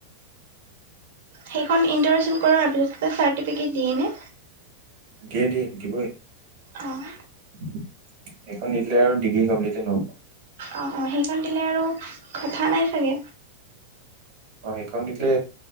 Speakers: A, on the right; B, on the right.
A: সেইখন ইণ্টাৰশ্যন কৰাৰপিছত চাৰ্টিফিকেট দিয়েই নে?
B: দিয়ে, দিয়ে দিবই।
A: অ',
B: সেইখন নিদিলে আৰু ডিগ্ৰী কমপ্লিটে নহ'ব।
A: অ', অ', সেইকণ দিলে আৰু কথা নাই চাগে।
B: অ', সেইখন দিলে